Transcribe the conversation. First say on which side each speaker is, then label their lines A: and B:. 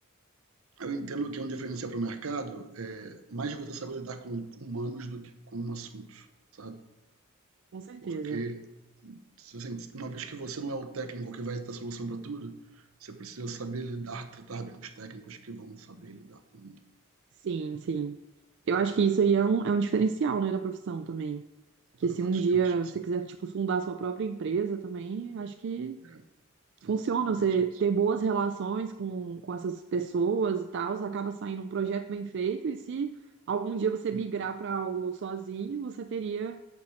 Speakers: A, on the right; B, on the right.
A: eu entendo que é um diferencial para o mercado, é, mais você saber lidar com humanos do que com assuntos, sabe?
B: com certeza.
A: Porque Assim, uma vez que você não é o técnico que vai dar solução para tudo, você precisa saber lidar, tratar bem os técnicos que vão saber lidar com.
B: Sim, sim. Eu acho que isso aí é um, é um diferencial, né, da profissão também. Porque
A: Eu
B: se um
A: acho,
B: dia
A: eu acho que
B: você
A: sim.
B: quiser, tipo, fundar sua própria empresa também, acho que
A: É, sim.
B: funciona.
A: Eu
B: Você
A: penso isso.
B: ter boas relações com, com essas pessoas e tal, acaba saindo um projeto bem feito. E se algum dia você migrar
A: Hum,
B: para algo sozinho, você teria